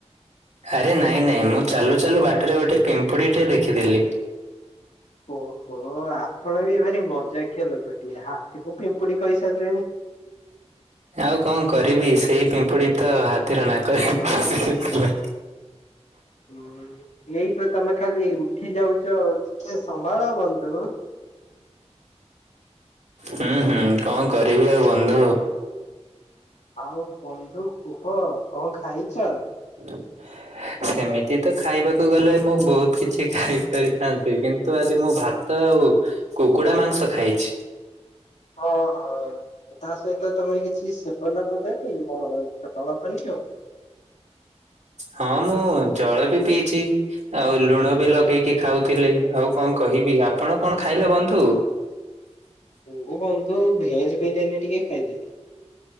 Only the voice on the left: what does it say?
ଓହୋ ଆପଣ ବି ଭାରି ମଜାକିଆ ଲୋକଟିଏ ହାତୀକୁ ପିମ୍ପୁଡ଼ି କହିସାରିଲେଣି।
ହୁଁ ଏଇ ତ ତମେ ଖାଲି ଉଠି ଯାଉଚ ଆଉ ଟିକେ ସମ୍ଭାଳ ବନ୍ଧୁ।
ଆଉ ବନ୍ଧୁ କୁହ କଣ ଖାଇଚ?
ହଁ ହଁ ତା ସହିତ ତମେ କିଛି ସେବନ କରି <unintelligible> ଜଳପାନୀୟ।
ମୁୁଁ ବନ୍ଧୁ ଭେଜବିରିୟାନି ଟିକେ ଖାଇଥିଲି।